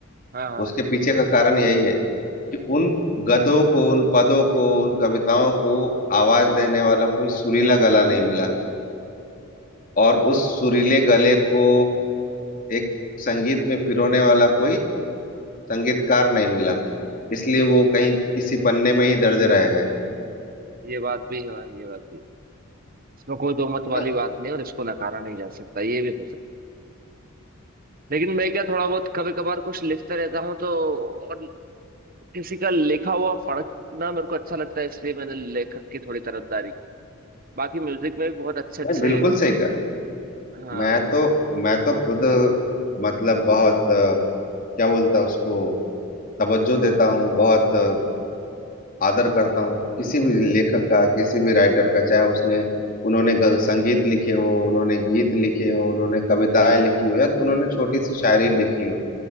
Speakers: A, on the right; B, on the left.
A: हाँ हाँ
B: उसके पीछे का कारण यही है कि उन गद्यों को उन पदों को उन कविताओं को आवाज देने वाला कोई सुरीला गला नहीं मिला और
A: ओ
B: उस सुरीले गले को एक संगीत में पिरोने वाला कोई संगीतकार नहीं मिला इसलिए वो कहीं किसी पन्ने में ही दर्ज रह गए है
A: ये बात भी है भाई, ये बात भी है। इसमें कोई दो मत वाली
B: ना
A: बात नहीं है और इसको नकारा नहीं जा सकता ये भी हो सकता है लेकिन मैं क्या थोड़ा बहुत कभी कभार कुछ लिखता रहता हूँ तो और किसी का लिखा हुआ पढ़ना मेरे को अच्छा लगता है इसलिए मैंने लेखक की थोड़ी तरफदारी की बाकी म्यूजिक में भी बहुत अच्छे अच्छे
B: नहीं बिल्कुल सही कहा
A: हाँ
B: मैं तो मैं तो खुद मतलब बहुत अ, क्या बोलता उसको तवज्जो देता हूँ बहुत अ, आदर करता हूँ किसी भी लेखक का किसी भी राइटर का चाहे उसने उन्होंने ग- संगीत लिखे हो उन्होंने गीत लिखे हो उन्होंने कविताएं लिखी हो या तो उन्होंने छोटी सी शायरी लिखी हो